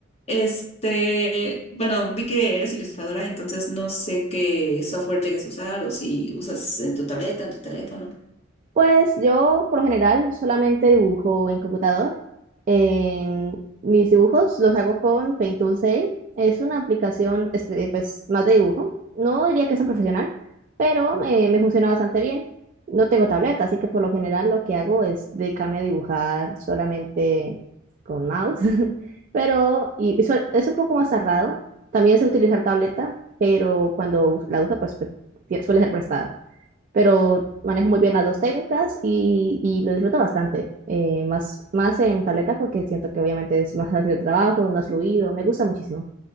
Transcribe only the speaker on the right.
Pues yo por lo general solamente dibujo en computador. Em, mis dibujos los hago con Paint Tool 6. Es una aplicación espe- pues, más de dibujo. No diría que es tan profesional, pero eh, me funciona bastante bien. No tengo tableta, así que por lo general lo que hago es dedicarme a dibujar solamente con mouse. <laughs> Pero y, y suel- es un poco más tardado. También sé utilizar tableta, pero cuando la uso pues, pe- tie- suele ser prestada pero manejo muy bien las dos técnicas y, y lo disfruto bastante, eh, más, más en tableta porque siento que obviamente es más fácil el trabajo, es más fluido, me gusta muchísimo.